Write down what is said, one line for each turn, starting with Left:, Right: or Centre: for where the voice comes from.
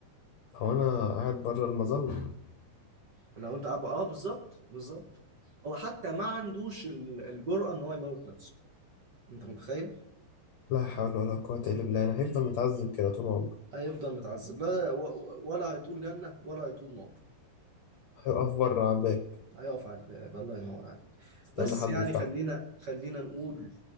Left: لو انا قاعد بره المظله
Right: لو انت اب اه بالظبط بالظبط هو حتى ما عندوش ال- الجرأة ان هو يموت نفسه انت متخيل
Left: لا حول ولا قوه الا بالله انا هيفضل متعذب كده طول عمره
Right: هيفضل متعذب لا و- و- ولا هيطول جنة ولا هيطول نار
Left: هيقف بره على الباب
Right: هيقف على الباب الله ينور عليك
Left: استنى
Right: بس
Left: حد
Right: يعني
Left: يفتحه
Right: خلينا خلينا نقول